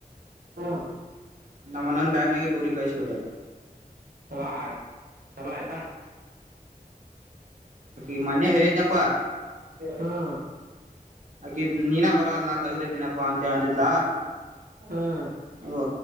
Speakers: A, on the right; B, on the right.
A: ಹ್ಮ್
B: ನ ಮನನ್ ಬ್ಯಾಗ್ನಗ ಟೂರಿ ಕಳ್ಸಬಿಟ್ಟೆ.
A: ಚಲೋ ಆಯ್ತ್ ಚಲೋ ಆಯ್ತಾ
B: ಅಕಿ ಮೊನ್ನಯ ಹೇಳಿದ್ನಪ್ಪಾ.
A: ಹ್ಮ್
B: ಆಕಿತ್ ನೀನಾ ಬರವಲ್ಲ ನಾ ತೆಗೆದಿಟ್ಟಿರ್. ಪಪ್ಪಾ ಅಂತ ಹೇಳಂದಿದ್ಲ
A: ಹ್ಮ್
B: ಹೂ